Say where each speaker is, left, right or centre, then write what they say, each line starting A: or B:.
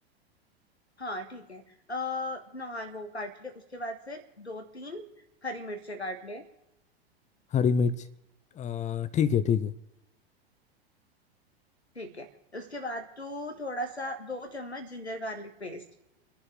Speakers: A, on the left; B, on the left.
A: हाँ ठीक है अः नॉन वो काट ले उसके बाद फिर दो तीन हरी मिर्चें काट ले
B: हरी मिर्च आ, ठीक है ठीक है
A: ठीक है उसके बाद तू थोड़ा सा दो चम्मच जिंजर गार्लिक पेस्ट